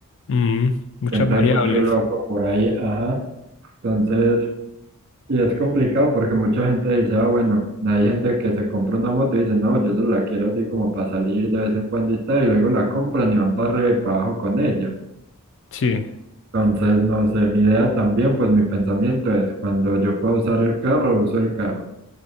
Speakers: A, on the left; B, on the right.
A: mm, muchas
B: siempre
A: variables,
B: hay mucho loco por ahí, ajá, entonces, y es complicado porque mucha gente dice, ah, bueno, hay gente que se compra una moto y dice, no, yo solo la quiero así como para salir de vez en cuando y tal, y luego la compran y van para arriba y para abajo con ella.
A: sí.
B: Entonces, no sé, mi idea también, pues mi pensamiento es, cuando yo pueda usar el carro, uso el carro.